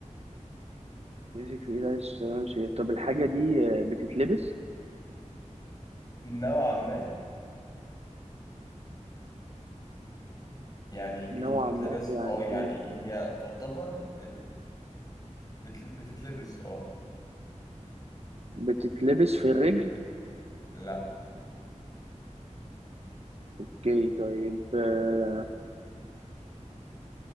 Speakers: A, on the right; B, on the left.
A: بيمسك في ايد عايز ماشي طب الحاجة دي آه، بتتلبس
B: نوعا ما يعني
A: نوعا
B: مش بتتلبس
A: ما يعني
B: اه يعني
A: إيه؟
B: هي تعتبر ال- بتل- بتتلبس اه
A: بتتلبس في الرجل
B: لا
A: اوكي طيب آه،